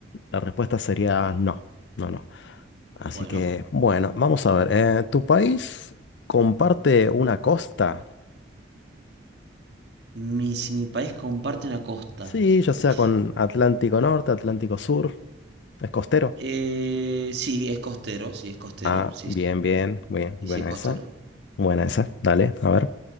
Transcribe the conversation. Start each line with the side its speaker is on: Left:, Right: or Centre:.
Left: La respuesta sería no, no, no. Así
Right: Bueno,
Left: que, bueno, vamos a ver. eh, ¿tu país comparte una costa?
Right: mi, si mi país comparte una costa.
Left: Sí, ya sea
Right: Uf.
Left: con Atlántico Norte, Atlántico Sur, es costero.
Right: Eh, sí, es costero, sí, es costero,
Left: Ah,
Right: sí,
Left: bien,
Right: sí,
Left: bien, bien, buena
Right: sí, es costero.
Left: esa. Buena esa, dale, a ver.